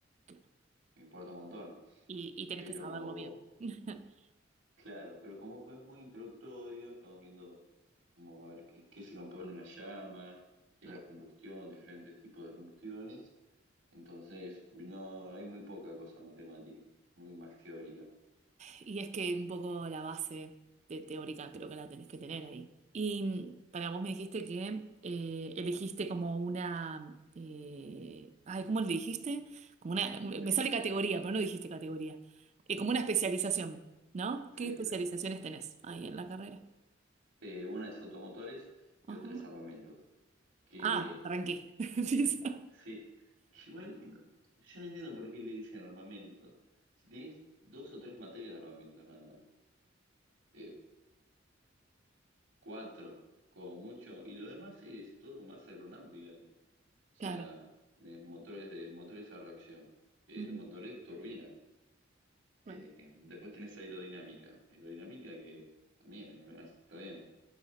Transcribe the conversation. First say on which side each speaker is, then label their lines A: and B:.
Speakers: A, on the right; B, on the right.
A: claro.
B: me importa un montón.
A: Y, y tenés
B: Pero,
A: que saberlo bien. <laughs>
B: claro, pero como que es muy introductorio, estamos viendo como a ver qué, qué se compone una llama, qué
A: Claro.
B: es la combustión, diferentes tipos de combustiones. Entonces, no hay muy poca cosa matemática, muy más teórica.
A: Y es que
B: Eh,
A: un poco la base de teórica creo que la tenés que tener ahí. Y mm, para vos me dijiste que eh, elegiste como una... eh, ay, ¿cómo le dijiste? Como una... Me
B: especialización.
A: sale categoría, pero no dijiste categoría. Eh, como una especialización, ¿no? ¿Qué
B: Sí, exacto.
A: especializaciones tenés ahí en la carrera?
B: Eh, una es automotores
A: Ajá.
B: y otra es armamentos. Que
A: Ah, arranqué. Empieza. <laughs>
B: sí, que igual no- yo no entiendo por qué le dicen armamentos. Si tenés dos o tres materias de armamentos nada más, eh, cuatro como mucho, y lo demás es todo más aeronáutica. eh. O sea,
A: Claro.
B: tenés motores de motores a reacción, que
A: Ujú.
B: es motores de turbinas.
A: Claro.
B: Eh, después tenés aerodinámica. Aerodinámica que también eh, está bien.